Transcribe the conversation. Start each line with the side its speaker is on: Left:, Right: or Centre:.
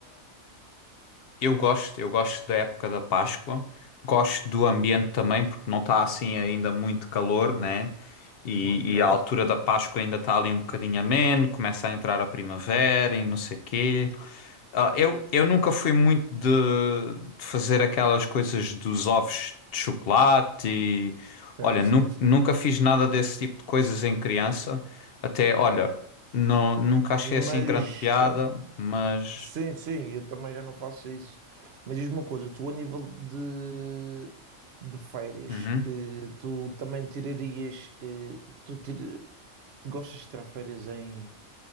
Left: Eu gosto, eu gosto da época da Páscoa, gosto do ambiente também, porque não está assim ainda muito calor, né? E,
Right: Ok,
Left: e a altura da Páscoa ainda está ali um bocadinho ameno, começa a entrar a primavera e não sei quê. Ah, eu, eu nunca fui muito de, de fazer aquelas coisas dos ovos de chocolate e,
Right: sim,
Left: olha,
Right: sim,
Left: nu-
Right: sim.
Left: nunca fiz nada desse tipo de coisas em criança. Até, olha, não, nunca achei
Right: Mas,
Left: assim grande piada,
Right: eu-
Left: mas.
Right: sim, sim, eu também já não faço isso. Mas diz-me uma coisa, tu a nível de, de férias,
Left: Uhum.
Right: eh, tu também tirarias, eh, tu tir- gostas de tirar férias em,